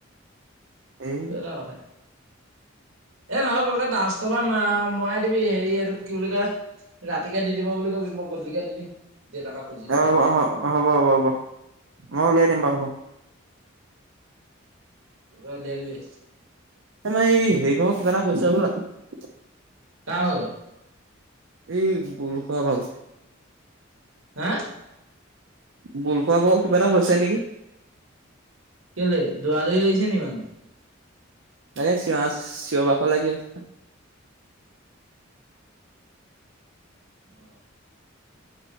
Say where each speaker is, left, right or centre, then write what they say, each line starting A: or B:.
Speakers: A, on the right; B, on the right.
A: এই
B: এইটো এটা কথা। এ নহয় <unintelligible> মৰাই দিবি হেৰি এইটোক কি বুলি কয় ৰাতিকে দি দিব বুলি ক'বি মই গধূলিকে দি দিম। দেতাৰ পা খুজি
A: অ হ'ব হ'ব হ'ব মই উলিয়াই দিম বাও হ'ব।
B: তই উলিয়াই দিবি।
A: তাৰমানে এই হেৰি ভাগৰ কিবা এটা হৈছে হ'বলা।
B: কাৰ ভাগৰ?
A: এই বল খোৱা ভাগৰ।
B: হা?
A: বল খোৱা ভাগৰ কিবা এটা হৈছে নেকি।
B: কেলে দৌৰা-দৌৰি কৰিছে নি মানে?
A: এ, চিঞা, চিঞৰ বাখৰ লাগি আছ
B: অ